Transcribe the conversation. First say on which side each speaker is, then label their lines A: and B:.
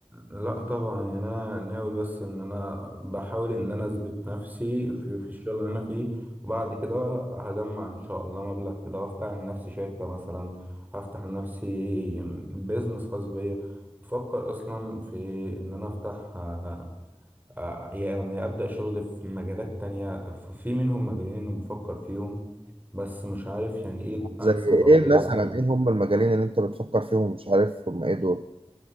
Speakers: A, on the right; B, on the right.
A: لا طبعا يعني انا ناوي بس ان انا بحاول ان انا اثبت نفسي في, في الشغل اللي انا فيه وبعد كده هجمع ان شاء الله مبلغ كده وافتح لنفسي شركة مثلا هفتح لنفسي بيزنس خاص بيا بفكر اصلا في ان انا افتح آه، آه، يعني ابدا شغل في مجالات تانية في في منهم مجالين انا بفكر فيهم بس مش عارف يعني ايه الانسب
B: زي
A: او
B: ايه
A: ايه
B: مثلا
A: الافضل
B: ايه هم المجالين اللي انت بتفكر فيهم ومش عارف هم ايه دول